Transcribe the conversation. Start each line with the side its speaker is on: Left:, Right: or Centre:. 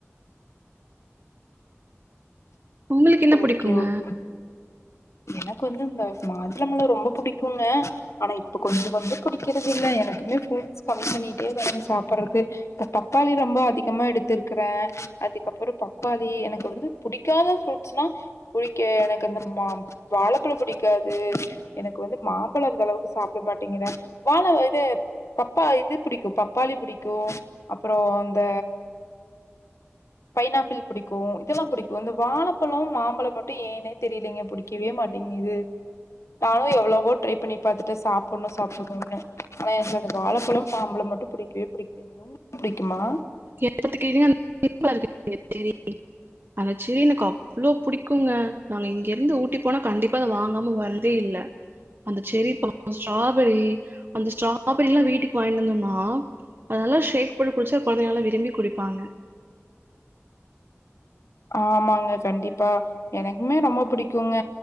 Right: உங்குளுக் என்ன புடிக்குங்க
Left: ஓகே ஓகே எனக்கு வந்து இந்த மாதுளபழோ ரொம்ப புடிக்குங்க அனா இப்ப கொஞ்சு கொஞ்சு புடிக்கிறது இல்ல எனக்குமே ஃப்ரூட்ஸ் கம்மி பண்ணிட்டே வரங் சாப்புறது இப்ப பப்பாளி ரொம்ப அதிகமா எடுத்திருக்குற அதுக்கப்புறோ பப்பாளி எனக்கு வந்து புடிக்காத ஃப்ரூட்ஸ்னா புடிக்கே எனக் இந்த மா வாழப்பழ புடிக்காது எனக்கு வந்து மாம்பழம் அந்த அளவுக்கு சாப்பிட மாட்டிங்கிற வாழ இது பப்பா இது பிடிக்கு பப்பாளி புடிக்கு அப்புறோ இந்த பைனாப்பிள் பிடிக்கு இதெல்லா பிடிக்கு இந்த வாழப்பழோ மாம்பழோ மட்டு ஏன்னே தெரியலங்க புடிக் புடிக்கவே மாட்டிங்குது நானு எவுளோவோ ட்ரை பண்ணி பாத்துட்ட சாப்புட்ணு சாப்புட்ணும்னு அனா எனக் வாழப்பழம் மாம்புழம் மட்டு புடிக்கவே <inaudible> புடிக்குமா
Right: <unintelligible> அந்த செரி எனக் அவ்ளோ புடிக்குங்க நாங்க இங்கி இருந்து ஊட்டி போனா கண்டிப்பா அத வாங்காம வரதே இல்ல அந்த செரி பழோ ஸ்ட்ராபெரி அந்த ஸ்ட்ராபெரியில்லா வீட்டுக் வாங்கிட்டுந்தோன்னா அதெல்லா ஷேக் போட்டு குடிச்சா கொழந்தை ரும்பி குடிப்பாங்க
Left: ஆமாங்க கண்டிப்பா எனக்குமே ரொம்ப புடிக்குங்க